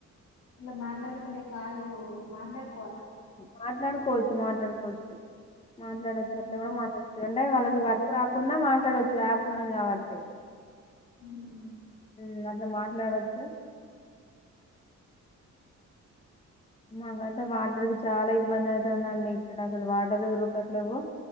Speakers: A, on the left; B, on the left.
A: ఇలా మాట్లాడుకుంటే కాలు మాట్లాడు
B: మాట్లాడుకోవచ్చు మాట్లాడుకోవచ్చు మాట్లాడచ్చు అట్లా కూడా మాట్లాడచ్చు అంటే వాళ్ళకి వర్క్ రాకున్నా మాట్లాడవచ్చు యాప్ ఉన్నది కాబట్టి
A: ఉమ్
B: ఉమ్మ్ <unintelligible> ఇట్లా మాట్లాడచ్చు మాకైతే వాటర్కి చాలా ఇబ్బంది అవుతుందండి ఇక్కడ అసలు వాటర్ దొరకట్లేదు